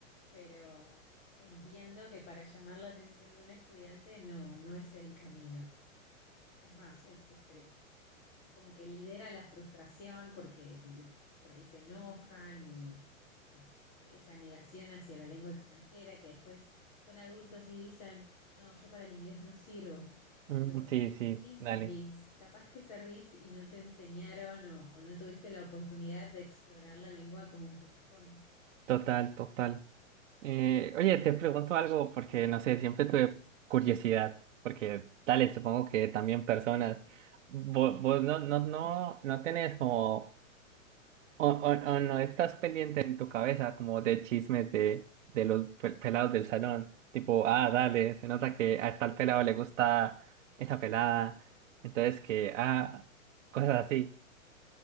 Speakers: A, on the left; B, on the right.
A: pero entiendo que para llamar la atención de un estudiante no, no es el camino. Es más, se, se pre- es como que lidera la frustración porque eh, por ahí se enojan y es- esa negación hacia la lengua extranjera, que después son adultos y dicen, no, yo para el inglés no sirvo,
B: Mm,
A: pero
B: sí, sí,
A: sí servís,
B: dale.
A: capaz que servís y no te enseñaron o, o no tuviste la oportunidad de explorar la lengua como corresponde.
B: Total, total. Eh, oye, te pregunto algo porque no sé, siempre tuve curiosidad, porque tal, supongo que también personas. Vos, vos no, no, no, no tenés como O, o, o no estás pendiente en tu cabeza como de chismes de, de los pe- pelados del salón. Tipo, ah, dale, se nota que a tal pelado le gusta esa pelada. Entonces que, ah, cosas así.